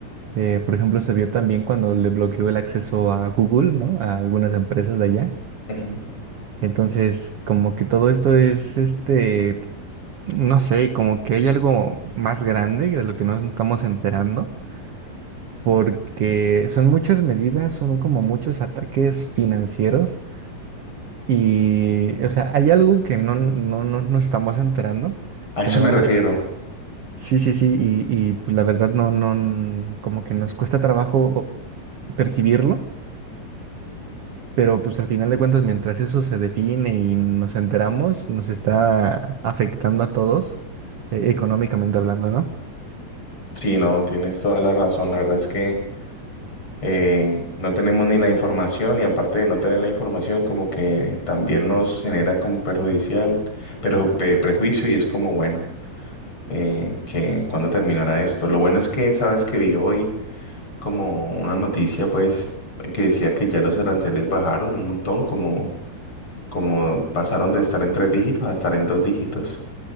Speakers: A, on the right; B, on the left.
A: Eh, por ejemplo, se vio también cuando le bloqueó el acceso a Google, ¿no? A algunas empresas de allá.
B: Ujú.
A: Entonces, como que todo esto es este No sé, como que hay algo más grande de lo que nos estamos enterando, porque son muchas medidas, son como muchos ataques financieros y, o sea, hay algo que no, no, no nos estamos enterando,
B: A
A: que
B: eso
A: nada
B: me refiero.
A: más, sí, sí, sí, y, y pues, la verdad no, no, como que nos cuesta trabajo percibirlo, pero pues al final de cuentas, mientras eso se define y nos enteramos, nos está afectando a todos, eh, económicamente hablando, ¿no?
B: Sí, no, tienes toda la razón. La verdad es que eh, no tenemos ni la información y aparte de no tener la información, como que también nos genera como perjudicial, pero pe- prejuicio y es como bueno. eh, que cuándo terminará esto. Lo bueno es que sabes que vi hoy como una noticia, pues, que decía que ya los aranceles bajaron un montón, como, como pasaron de estar en tres dígitos a estar en dos dígitos.